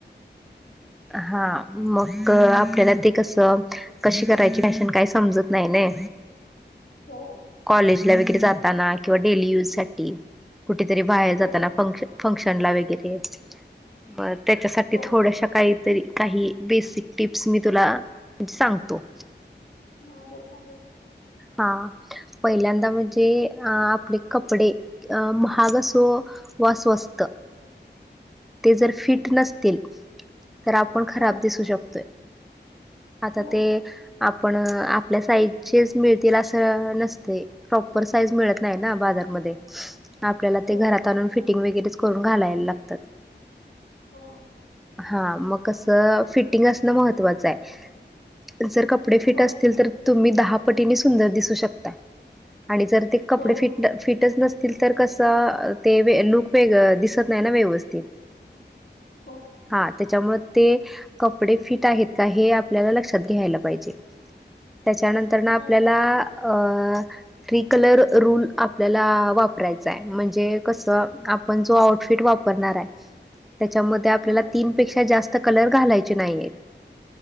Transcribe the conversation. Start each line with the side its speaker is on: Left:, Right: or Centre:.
Centre: हा मग आपल्याला ते कसं- कशी करायची फॅशन काही समजत नाही ना
Left: हो
Centre: कॉलेजला वगैरे जाताना, किंवा डेली यूज साठी कुठेतरी बाहेर जाताना
Left: हो
Centre: फंक्शन फंक्शन ला वगैरे म त्यांच्यासाठी
Left: हो
Centre: थोड्याशा काही तरी काही बेसिक टिप्स मी तुला सांगतो.
Left: हा बरं सांगा
Centre: हा पहिल्यांदा म्हणजे अ आपले कपडे अ महाग असो वा स्वस्त ते जर फिट नसतील तर आपण खराब
Left: हा
Centre: दिसू शकतोय आता
Left: हो
Centre: ते आपण, आपल्या साईजचेच मिळतील असं नसते प्रॉपर साईज मिळत नाही ना बाजारमध्ये आपल्याला ते
Left: हो
Centre: घरात आणून फिटिंग वगैरेच करून घालायला लागतात.
Left: हो
Centre: हा मग कस फिटिंग असणं महत्वाचं आहे जर क कपडे फिट
Left: हो
Centre: असतील तर तुम्ही दहा पटीने सुंदर दिसू शकता आणि जर ते कपडे
Left: हो
Centre: फिट फिटच नसतील तर कसं ते लुक वेग दिसत नाही ना व्यवस्थित.
Left: हो
Centre: हा त्याच्यामुळे ते कपडे फिट आहेत. का हे आपल्याला लक्षात घ्यायला पाहिजे. त्याच्यानंतर ना आपल्याला
Left: हा
Centre: अ थ्री कलर रूल आपल्याला वापरायचा आहे. म्हणजे कसं आप आपण जो आउटफिट वापरणार आहे. त्याच्यामध्ये आपल्याला
Left: हा
Centre: तीन पेक्षा जास्त कलर घालायचे नाहीयेत.